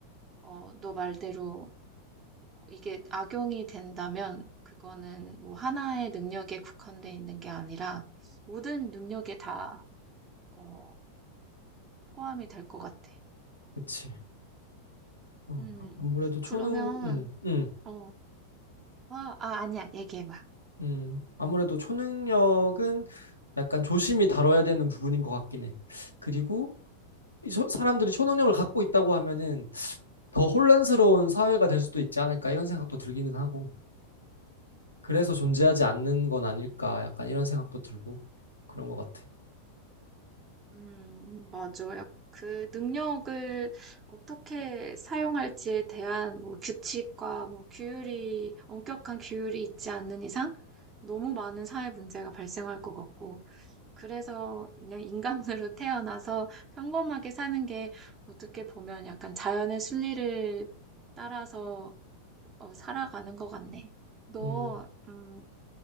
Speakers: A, on the right (about 25°); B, on the left (about 85°).
A: 어, 너 말대로 이게 악용이 된다면 그거는 뭐 하나의 능력에 국한돼 있는 게 아니라 모든 능력에 다, 어, 포함이 될 것 같아.
B: 그치. 어,
A: 음,
B: 아- 아무래도 초능,
A: 그러면,
B: 음, 음,
A: 어, 아, 아, 아니야, 얘기해봐.
B: 음. 아무래도 초능력은 약간 조심히 다뤄야 되는 부분인 것 같긴 해. 그리고 이 소- 사람들이 초능력을 갖고 있다고 하면은 더 혼란스러운 사회가 될 수도 있지 않을까 이런 생각도 들기는 하고. 그래서 존재하지 않는 건 아닐까 약간 이런 생각도 들고 그런 것 같아.
A: 음, 맞아요. 그 능력을 어떻게 사용할지에 대한 뭐 규칙과 뭐 규율이, 엄격한 규율이 있지 않는 이상 너무 많은 사회 문제가 발생할 것 같고, 그래서 그냥 인간으로 <laughs> 태어나서 평범하게 사는 게 어떻게 보면 약간 자연의 순리를 따라서 어, 살아가는 것 같네. 너,
B: 음,
A: 음,